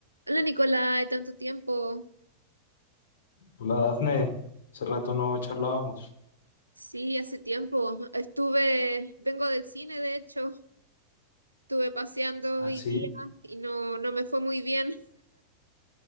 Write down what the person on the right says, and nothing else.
Hola Nicolai, tanto tiempo.
Sí, hace tiempo. Estuve, vengo del cine de hecho, estuve paseando
hoy
día y no, no me fue muy bien.